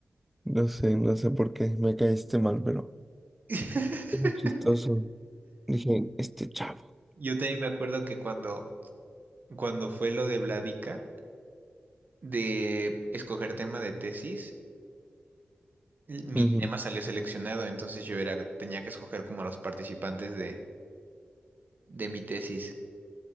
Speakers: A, in the centre; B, on the right.
A: No sé, no sé por qué me caíste mal, pero
B: <laughs>
A: fue muy chistoso. Dije, este chavo.
B: Yo también me acuerdo que cuando, cuando fue lo de Vladica, de escoger tema de tesis, mi
A: Ujú,
B: tema salió seleccionado, entonces yo era, tenía que escoger como los participantes de, de mi tesis.